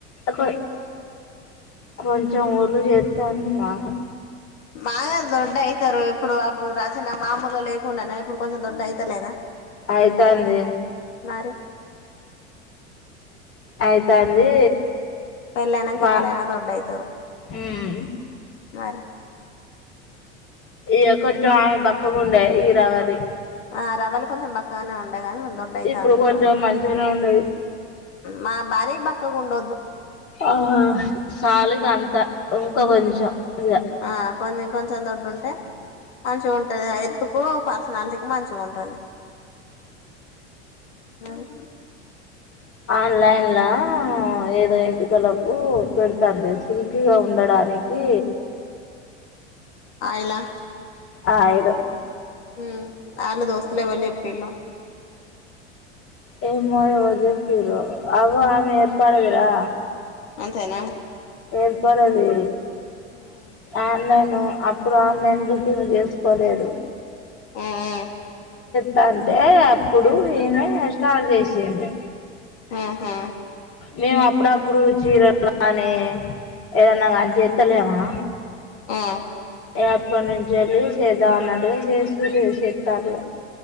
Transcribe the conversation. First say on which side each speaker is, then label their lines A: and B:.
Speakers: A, on the left (about 40°); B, on the left (about 75°).
A: కొ కొంచెం ఒళ్లు చేస్తాంది ఆమె
B: బాగా దొడ్ అవుతారు ఇప్పుడు అప్పుడు రాసిన మామూలుగా లేకుండానే ఇప్పుడు కొంచెం దొడ్డ అవుతలేదా
A: ఆయితాంది
B: మరి
A: అయితాంది
B: పెళ్ళైనాంకా
A: బా
B: ఎవలైనా దొడ్డవుతారు
A: మ్మ్
B: మరి
A: ఇక కొంచెం ఆమె బక్కకుండే ఇ రావాలి
B: ఆ రవలు కొంచెం బక్కగానే ఉం గాని దొడ్డవుతుంది
A: ఇప్పుడు
B: మా
A: కొంచెం మంచిగానే ఉన్నది
B: మా భాడీ బక్కగా ఉండొద్దు
A: ఆ హా సాలిగ అంతా కొంచెం ఇక
B: ఆ కొన్ని కొంచం దొడ్డుంటే మంచిగా ఉంటాది ఎతుకు పర్ కంటికి మంచి గా ఉంటాది ఏమి మరి
A: ఆన్లైన్ ల ఏదో ఇంటికలకు పెడుతుంది సిుల్క్గా ఉండడానికి
B: అయలా
A: ఆ ఆయదు
B: మ్ ఆళ్ళ దోస్తులే వెళ్ళి ఎప్పళ
A: ఏ మో పోజాక్ టూర అగొ ఏర్పాడుదురా
B: అంతేనా
A: ఏర్పడండి
B: మ్మ్
A: ఆ ఆన్లైన్ అప్పుడు ఆన్లైన్ బుకింగ్ చేసుకోలేదు
B: మ్మ్
A: తంటే అప్పుడు ఈమె స్టార్ట్ చేసింది
B: ఆహా
A: మేము అప్పుడప్పుడు చీరలానే ఏదన్నా అజి చేత్తలేవా
B: మ్మ్
A: ఎప్పటి నుంచి రీల్స్ చేద్దాం అన్నట్టుగా చేస్తూ చెత్తాలే